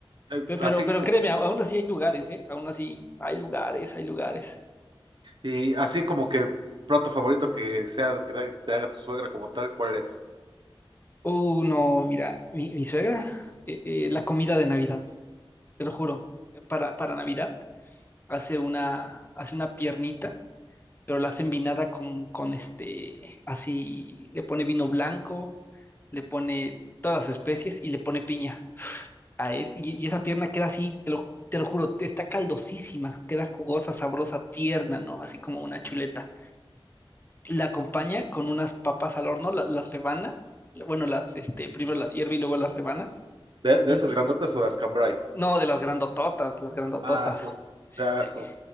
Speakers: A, on the right; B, on the left.
A: Eh,
B: Pe- Pero,
A: Así,
B: pero,
A: co-
B: créeme, a- aún así hay lugares, ¿eh? Aún así hay lugares, hay lugares.
A: y así como que el plato favorito que sea, que te te haga tu suegra como tal, ¿cuál es?
B: Uh, no, mira, mi, mi suegra, eh, eh, la comida de Navidad, te lo juro, eh, para, para Navidad hace una, hace una piernita, pero la hace envinada con, con este, así, le pone vino blanco, le pone todas las especies y le pone piña. A es- y, y esa pierna queda así, te lo, te lo juro, te- está caldosísima, queda jugosa, sabrosa, tierna, ¿no? Así como una chuleta. la acompaña con unas papas al horno, la- las rebana, bueno, las, este, primero las hierve y luego las rebana,
A: ¿De, de
B: y,
A: esas grandotas
B: y-
A: o las cambray?
B: no, de las grandototas, las grandototas,
A: Ah, su, ya,
B: sí,
A: su.